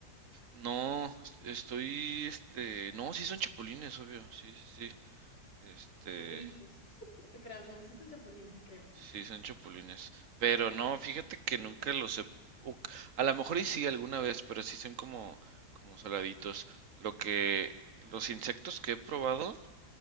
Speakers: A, on the right; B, on the left.
A: No, est- estoy, este, no, sí son chapulines, obvio, sí, sí, sí, este,
B: O grillos. <laughs> No te creas, no, sí son chapulines, creo.
A: sí son chapulines, pero no, fíjate que nunca los he, o- a lo mejor y sí alguna vez, pero sí son como, como saladitos, lo que, los insectos que he probado,